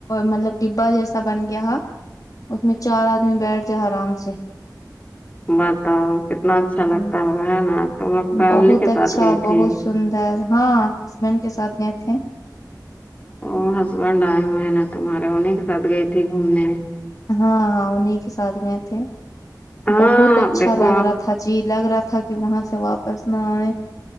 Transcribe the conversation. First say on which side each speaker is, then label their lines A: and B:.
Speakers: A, on the left; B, on the left.
A: مطلب ڈبا جیسا بن گیا اس میں چار آدمی بیٹھ جا آرام سے
B: بتاؤ کتنا اچھا لگتا
A: ہ
B: ہوگا ہے نا تم لوگ فیملی
A: بہت
B: کے
A: اچھا
B: ساتھ گئی
A: بہت
B: تھی
A: سندر ہاں ہسبینڈ کے ساتھ گئے تھے
B: او ہسبینڈ آئے ہوئے ہیں نا تمہارے انہی کے ساتھ گئی تھی گھومنے
A: ہاں ہاں انہی کے ساتھ گئے تھے
B: ہاں
A: بہت اچھا
B: دیکھو
A: لگ رہا تھا جی لگ رہا تھا کہ وہاں سے واپس نہ آئے